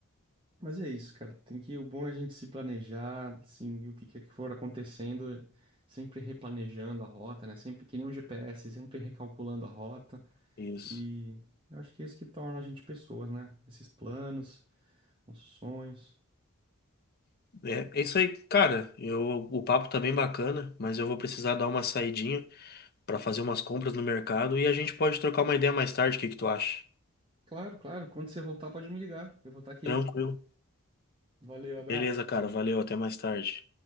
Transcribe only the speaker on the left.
Isso.
É, é isso aí, cara. Eu, o papo tá bem bacana, mas eu vou precisar dar uma saidinha pra fazer umas compras no mercado e a gente pode trocar uma ideia mais tarde, o que que tu acha?
Tranquilo.
Beleza, cara. Valeu, até mais tarde.